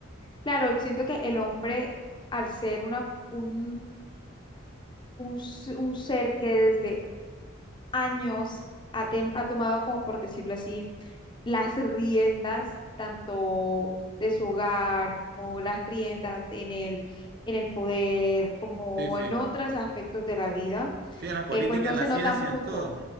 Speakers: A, on the left; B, on the right.
A: Claro, siento que el hombre, al ser una, un, un, s- un ser que desde años ha, ten- ha tomado como por decirlo así las riendas tanto de su hogar como las riendas en el, en el poder, como
B: sí, sí.
A: en otros aspectos de la vida,
B: Sí, en la política,
A: eh, pues no
B: en la
A: se
B: ciencia,
A: nota mucho.
B: en todo.